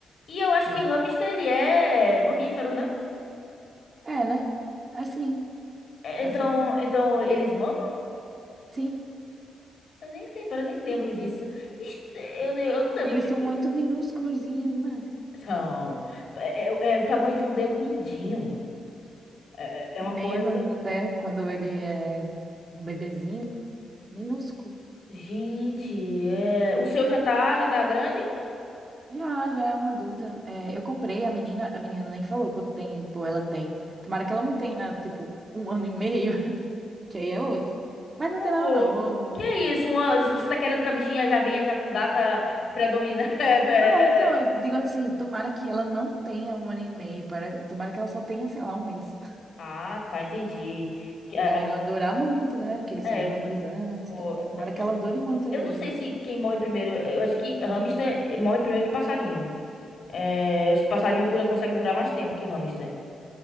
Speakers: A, on the left; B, on the right.
A: E eu acho
B: É.
A: que hamster ele é mamífero, né?
B: É, né? Assim,
A: É,
B: assim,
A: Então, então eles mamam?
B: sim.
A: Eu nem lembro, eu nem lembro disso. Est- Eu, ne- eu não lembro
B: E eles
A: de.
B: são muito minúsculozinhos, né?
A: São. É, é- é o tamanho de um dedo mindinho. É, é
B: Menos
A: é uma coisa.
B: até quando ele é um bebezinho, minúsculo.
A: Gente, é... o seu já tá, já tá grande?
B: Já, já é uma adulta. É, eu comprei a menina, a menina nem falou quanto tempo ela tem. Tomara que ela não tenha, tipo, um <laughs> ano e meio, <laughs> que aí é osso. Mas
A: Oh,
B: não tem nada, não. Vou.
A: que é isso? Uma... Você tá querendo que a bichinha já venha já com data predominante? <laughs> É,
B: Não,
A: é,
B: então, eu
A: é.
B: digo assim, tomara que ela não tenha um ano e meio. Para... Tomara que ela só tenha, sei lá, um mês. <laughs>
A: Ah, tá, entendi. Que- É,
B: Para
A: é,
B: ela durar muito, né? Porque eles
A: é,
B: só duram dois anos
A: Ó,
B: e tal. Tomara que
A: Eu
B: ela dure muito aí
A: eu não
B: ainda.
A: sei se quem morre primeiro. Eu acho que hamster morre primeiro que passarinho. É, eu acho que passarinho dura, consegue durar mais tempo que hamster.